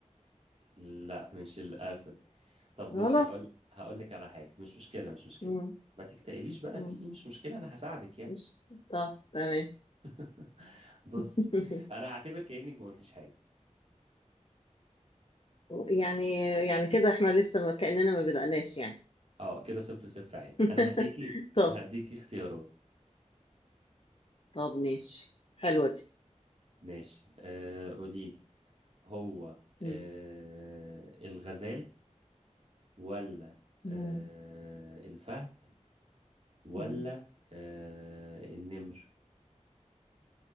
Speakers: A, on the right; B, on the left.
A: لا مش الأسد طب بصي
B: غلط
A: هقول هقول لك على حاجة مش مشكلة مش مشكلة
B: مم.
A: ما تكتئبيش بقى
B: مم.
A: في ايه مش مشكلة انا هساعدك يعني
B: مش طب تمام
A: <laughs> بص
B: <laughs>
A: انا هعتبر كأنك ما قلتش حاجة
B: يعني يعني كده احنا لسه ما كأننا ما بدأناش يعني
A: اه كده صفر صفر عادي
B: <laughs>
A: انا هديكي
B: طب
A: هديكي اختيارات
B: طب ماشي حلوة دي
A: ماشي آه قولي لي هو آه
B: مم.
A: الغزال ولا آه
B: مم.
A: الفهد ولا
B: مم.
A: آه النمر